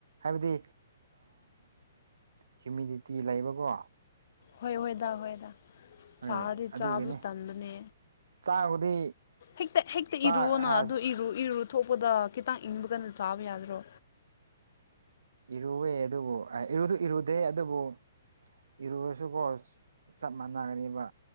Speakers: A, on the right; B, on the left.
A: ꯍꯥꯏꯕꯗꯤ ꯍꯨꯏꯃꯤꯗꯤꯇꯤ ꯂꯩꯕꯀꯣ꯫
B: ꯍꯣꯏ ꯍꯣꯏꯗꯥ ꯍꯣꯏꯗꯥ
A: ꯍꯣꯏ
B: ꯁꯥꯔꯗꯤ
A: ꯑꯗꯨꯒꯤꯅꯤ
B: ꯆꯥꯕꯁꯨ ꯇꯟꯕꯅꯦ꯫
A: ꯆꯥꯛꯕꯨꯗꯤ
B: ꯍꯦꯛꯇ ꯍꯦꯛꯇ
A: ꯆꯥꯛ
B: ꯏꯔꯣꯑꯣꯅ
A: ꯑꯥ
B: ꯑꯗꯨ ꯏꯔꯨ ꯏꯔꯨ ꯊꯣꯛꯄꯗ ꯈꯤꯇꯪ ꯏꯪꯕ ꯀꯥꯟꯗ ꯆꯥꯕ ꯌꯥꯗ꯭ꯔꯣ꯫
A: ꯏꯔꯨꯋꯦ ꯑꯗꯨꯕꯨ ꯏꯔꯨꯗꯨ ꯏꯔꯨꯗꯦ ꯑꯗꯨꯕꯨ, ꯏꯔꯨꯔꯁꯨꯀꯣ ꯆꯞ ꯃꯥꯟꯅꯒꯥꯅꯤꯕ꯫